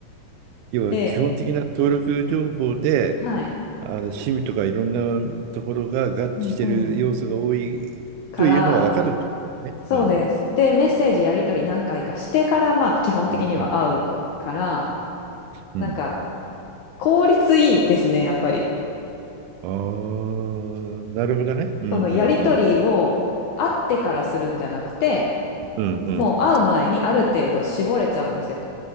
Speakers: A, on the right (about 80°); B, on the left (about 70°).
A: 要は基本的な登録情報で、
B: で、はい。
A: あの趣味とかいろんなところが合致してる要素が多いというのは分かるってことだよね。
B: うんうん。から、そうです。
A: うん。
B: で、メッセージやり取り何回かしてから、まあ、基本的には会うから、
A: うんうん。うん。
B: なんか、効率いいですね、やっぱり。
A: ああ、なるほどね。うんうんう
B: そのやり取りを会ってからするんじゃなくて、
A: ん。うんうん。
B: もう会う前にある程度絞れちゃうんですよ。